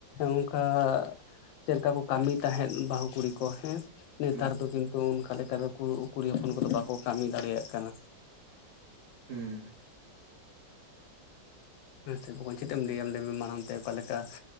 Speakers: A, on the left (about 75°); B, on the right (about 50°).
A: ᱚᱱᱠᱟ, ᱪᱮᱞᱠᱟ ᱠᱚ ᱠᱟᱢᱤ ᱛᱟᱦᱮᱸᱫ ᱵᱟᱦᱩ ᱠᱩᱲᱤ ᱠᱚ ᱦᱮᱸ ᱱᱮᱛᱟᱨ
B: ᱦᱩᱸ
A: ᱫᱚ ᱠᱤᱱᱛᱩ ᱚᱱᱠᱟ ᱞᱮᱠᱟ ᱫᱚ ᱠᱩ ᱠᱩᱲᱤ ᱦᱚᱯᱚᱱ ᱠᱚᱫᱚ ᱵᱟᱠᱚ ᱠᱟᱢᱤ ᱫᱟᱲᱮᱭᱟᱜ ᱠᱟᱱᱟ ᱾
B: ᱦᱩᱸᱻ ᱾
A: ᱟᱸᱪᱷᱟ, ᱵᱚᱠᱚᱧ ᱪᱮᱫ ᱮᱢ ᱞᱟᱹᱭᱟ ᱞᱟᱹᱭᱢᱮ ᱢᱟ ᱚᱱᱛᱮ ᱚᱠᱟ ᱞᱮᱠᱟ,